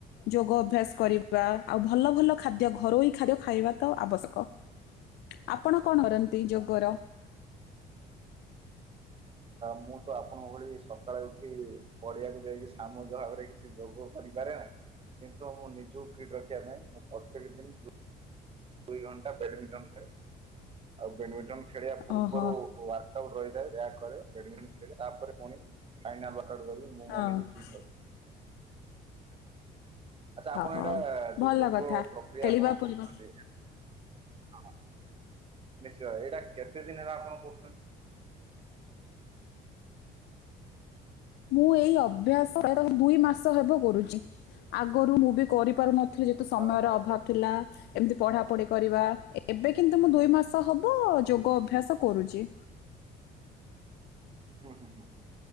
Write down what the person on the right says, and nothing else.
ମୁଁ ତ ଆପଣଙ୍କ ଭଳି ସକାଳେ ଉଠି ପଡିଆକୁ ଯାଇକି ସାମୁହିକ ଭାବରେ କିଛି ଯୋଗ କରିପାରେନା କିନ୍ତୁ ମୁଁ ନିଜକୁ ଫିଟ ରଖିବା ପାଇଁ ମୁଁ ପ୍ରତେକ ଦିନ ଦୁଇ ଘଣ୍ଟା ବେଡମିଣ୍ଟନ ଖେଳେ ଆଉ ବେଡମିଣ୍ଟନ ଖେଳିବା ପୂର୍ବରୁ
ୱାର୍କ ଆଉଟ୍ ରହିଥାଏ। ୱାର୍କ କରେ ବ୍ୟଟମୀଣ୍ଟନ ଖେଳେ ତାପରେ ପୁଣି ଫାଇନାଲ ୱାର୍କ ଆଉଟ କରିକି ମୁଁ
ମୋ ନିଜକୁ ଫିଟ ରଖେ। ଆଚ୍ଛା ଆପଣ
ଏଇଟା ଯୋଉ
ଯୋଗ
ପ୍ରକ୍ରିୟା
ଆପଣ
କରୁଛନ୍ତି। ହଁ ନିଶ୍ଚୟ ଏଇଟା କେତେ ଦିନ ହେଲା ଆପଣ କରୁଛନ୍ତି?
ହଁ, ଆଚ୍ଛା
ଆଚ୍ଛା।
ହୁଁ ହୁଁ ହୁଁଁ।